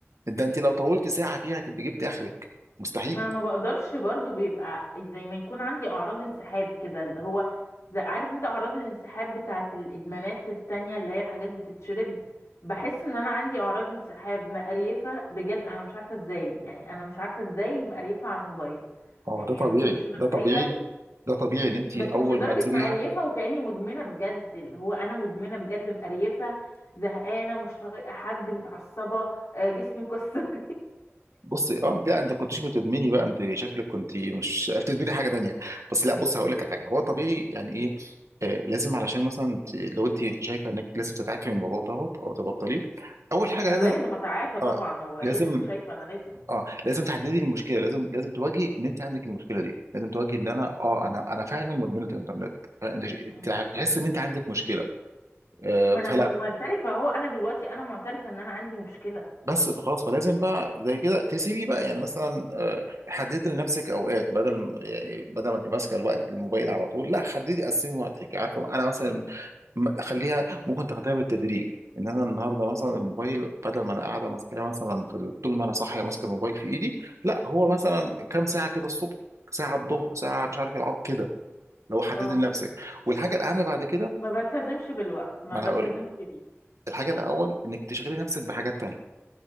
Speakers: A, on the right; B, on the left.
A: ده انت لو طولتي ساعه فيها هتبقي جبتي اخرك مستحيل
B: ما أنا ما بقدرش برضو بيبقى زي ما يكون عندي أعراض انسحاب كده اللي هو زي عارف انت أعراض الانسحاب بتاعة الإدمانات التانية اللي هي الحاجات بتتشرب بحس ان انا عندي اعراض انسحاب مقريفه بجد انا مش عارفه ازاي يعني انا مش عارفه ازاي مقريفه على موبايل
A: ما هو
B: يعني
A: ده طبيعي
B: انا ما كنتش اتخيل
A: ده طبيعي ده طبيعي ان انت
B: بس
A: اول
B: مش لدرجة
A: ما تسيبيها
B: مقريفة وكأني مدمنة بجد اللي هو أنا مدمنة بجد مقريفة زهقانة مش طايقة حد متعصبة آه، جسمي مكسر <laughs>
A: بصي اه انت لا انت كنتش بتدمني بقى انت شكلك كنت مش بتدمني حاجه تانية بس لا بص هقول لك الحاجه هو طبيعي يعني ايه آه لازم علشان مثلا ت- لو انت شايفه انك لازم تتعافي من الموضوع دوت او تبطليه اول حاجه
B: أنا
A: لازم
B: لازم أتعافى طبعا
A: اه
B: هو إيه
A: لازم
B: اللي شايفة أنا لازم
A: اه لازم تحددي المشكله لازم لازم تواجهي ان انت عندك المشكله دي لازم تواجهي ان انا اه انا انا فعلا مدمنه انترنت فانت ش-
B: مم.
A: تع- تحس ان انت عندك مشكله آه،
B: ما أنا
A: فلا
B: م- معترفة أهو أنا دلوقتي أنا معترفة إن أنا عندي مشكلة
A: بس بقى خلاص فلازم بقى زي كده تسيبي بقى يعني مثلا آه، حددي لنفسك اوقات بدل م- يعني بدل ما تبقى ماسكه الوقت الموبايل على طول لا حددي قسمي وقتك عارفه انا مثلا م- خليها ممكن تاخديها بالتدريج ان انا النهارده مثلا الموبايل بدل ما انا قاعده ماسكاه مثلا في ال- طول ما انا صاحيه ماسكه الموبايل في ايدي لا هو
B: مم.
A: مثلا كام ساعه كده الصبح ساعه الظهر ساعه مش عارف العصر كده لو حددي
B: أه
A: لنفسك والحاجه الاهم بعد كده
B: ما بلتزمش بالوقت ما
A: ما
B: بلتزمش
A: انا هقول لك،
B: بيه
A: الحاجه الاول انك تشغلي نفسك بحاجات تانية